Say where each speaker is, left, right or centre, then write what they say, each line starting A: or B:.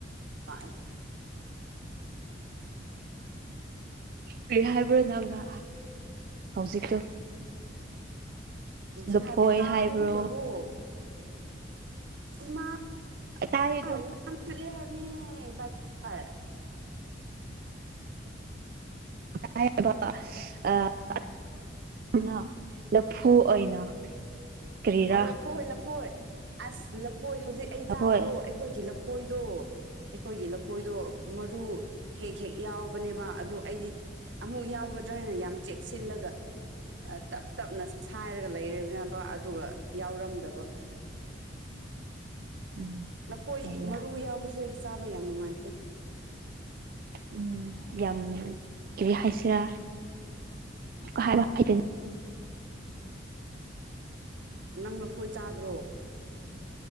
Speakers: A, on the right; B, on the right.
A: ꯍꯥꯏ
B: ꯀꯔꯤ ꯍꯥꯏꯕ꯭ꯔꯣ ꯅꯪꯅ ꯍꯧꯖꯤꯛꯇꯣ
A: ꯍꯧꯖꯤꯛ
B: ꯂꯨꯐꯣꯏ
A: ꯍꯥꯏꯕꯗꯣ ꯇꯍꯧꯗ꯭ꯔꯕꯣ
B: ꯍꯥꯏꯕ꯭ꯔꯣ
A: ꯏꯃꯥ
B: ꯇꯥꯏ
A: ꯌꯥꯝ
B: ꯑꯗꯨ
A: ꯆꯠꯂꯦ ꯍꯥꯏꯕꯅꯦ ꯕꯔꯥꯕꯔ
B: ꯍꯥꯏꯌꯦꯕ ꯑꯥ ꯅ ꯂꯐꯨ ꯑꯣꯏꯅ ꯀꯔꯤꯔꯥ
A: ꯑꯣ ꯂꯐꯣꯏ ꯂꯐꯣꯏ ꯑꯁ ꯂꯐꯣꯏ ꯍꯧꯖꯤꯛ ꯑꯩ ꯆꯥꯕꯗꯣ
B: ꯍꯣꯏ
A: ꯑꯩꯈꯣꯏꯒꯤ ꯂꯐꯣꯏꯗꯣ ꯑꯩꯈꯣꯏꯒꯤ ꯂꯐꯣꯏꯗꯣ ꯃꯔꯨ ꯍꯦꯛ ꯍꯦꯛ ꯌꯥꯎꯕꯅꯦꯕ ꯑꯗꯣ ꯑꯩꯗꯤ ꯑꯃꯨꯛ ꯌꯥꯎꯒꯗ꯭ꯔꯥ ꯍꯥꯏꯅ ꯌꯥꯝ ꯆꯦꯛꯁꯤꯜꯂꯒ ꯇꯞ ꯇꯞꯅ ꯁꯥꯏꯔꯒ ꯂꯩꯔꯕꯅꯧꯕ ꯑꯗꯨꯒ ꯌꯥꯎꯔꯝꯗꯕ
B: ꯎꯝ
A: ꯂꯐꯣꯏ
B: ꯑꯩꯅ
A: ꯃꯔꯨ ꯌꯥꯎꯕꯁꯦ ꯆꯥꯕ ꯌꯥꯝ ꯅꯨꯡꯉꯥꯏꯇꯦ
B: ꯎꯝ ꯌꯥꯝ ꯀꯔꯤ ꯍꯥꯏꯁꯤꯔꯥ ꯍꯥꯏꯕ ꯍꯩꯇꯦꯅꯦ
A: <inaudible> <inaudible> ꯅꯪ ꯂꯐꯣꯏ ꯆꯥꯗ꯭ꯔꯣ